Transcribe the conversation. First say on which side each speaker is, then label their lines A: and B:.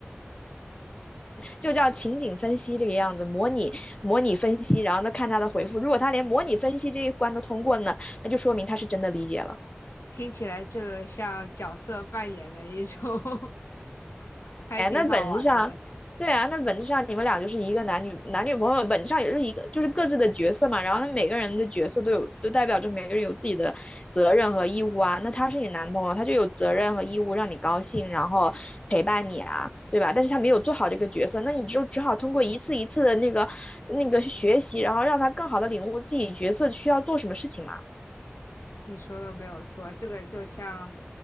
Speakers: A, on the left; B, on the left.
A: 就叫情景分析这个样子，模拟模拟分析，然后呢看他的回复，如果他连模拟分析这一关都通过呢，那就说明他是真的理解了。
B: 听起来这个像角色扮演的一种 <laughs> 还挺好玩的。
A: 哎，那本质上，对啊，那本质上你们俩就是一个男女男女朋友，本质上也是一个，就是各自的角色嘛。然后那每个人的角色都有，都代表着每个人有自己的责任和义务啊。那他是你男朋友，他就有责任和义务让你高兴，然后陪伴你啊，对吧？但是他没有做好这个角色，那你就只好通过一次一次的那个那个学习，然后让他更好的领悟自己角色需要做什么事情嘛。
B: 你说的没有错，这个就像